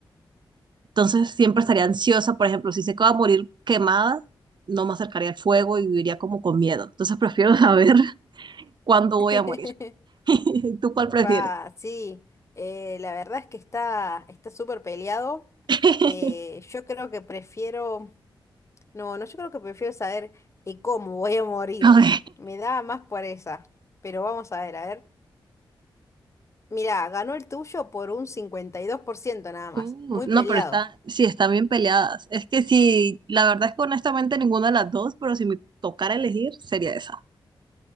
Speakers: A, on the right; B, on the left.
A: entonces siempre estaría ansiosa. Por ejemplo, si sé que voy a morir quemada, no me acercaría al fuego y viviría como con miedo. Entonces prefiero saber <laughs> cuándo voy
B: <laughs>
A: a morir. <laughs> ¿Tú cuál prefieres?
B: Fa, sí, eh, la verdad es que está está súper peleado.
A: <laughs>
B: Eh, yo creo que prefiero, no, no, yo creo que prefiero saber eh, cómo voy a morir.
A: Ok.
B: Me da más por esa. Pero vamos a ver, a ver. Mirá, ganó el tuyo por un 52% nada más.
A: Uh,
B: Muy
A: no,
B: peleado.
A: pero está, sí, están bien peleadas. Es que sí, la verdad es que honestamente ninguna de las dos, pero si me tocara elegir, sería esa.